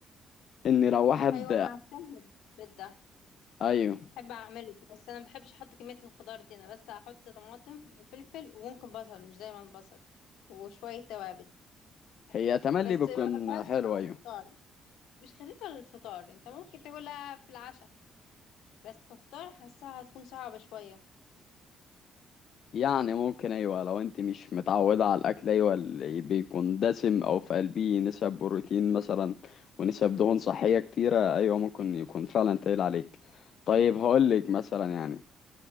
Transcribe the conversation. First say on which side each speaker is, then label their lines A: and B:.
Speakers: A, on the left; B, on the left.
A: ان لو واحد
B: ايوه انا عارفاها البيت ده
A: ايوه
B: بحب اعمله بس انا ما بحبش احط كميه الخضار دي انا بس هحط طماطم وفلفل وممكن بصل مش دايما بصل وشويه توابل
A: هي تملي
B: بس
A: بتكون
B: ما بحبهاش
A: حلو
B: على
A: ايوه
B: الفطار مش خفيفه للفطار انت ممكن تاكلها في العشاء بس كفطار حاساها هتكون صعبه شويه
A: يعني ممكن ايوه لو انت مش متعودة على الاكل ايوه اللي بيكون دسم او في قلبيه نسب بروتين مثلا ونسب دهون صحية كتيرة ايوه ممكن يكون فعلا تقيل عليك طيب هقولك مثلا يعني